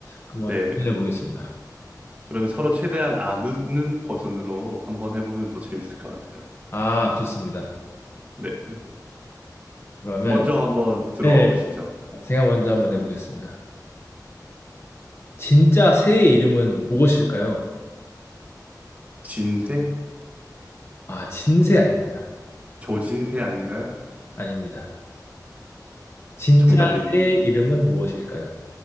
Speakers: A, on the left (about 35°); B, on the right (about 20°).
A: 한번
B: 네.
A: 해보겠습니다.
B: 그럼 서로 최대한 아는 버전으로 한번 해보면 또 재밌을 것 같아요.
A: 아, 좋습니다.
B: 네.
A: 그러면,
B: 먼저 한번 들어와
A: 네,
B: 보시죠.
A: 제가 먼저 한번 해보겠습니다. 진짜 새의 이름은 무엇일까요?
B: 진새?
A: 아, 진새 아닙니다.
B: 조진새 아닌가요?
A: 아닙니다. 진짜
B: 정답이
A: 새의 이름은 무엇일까요?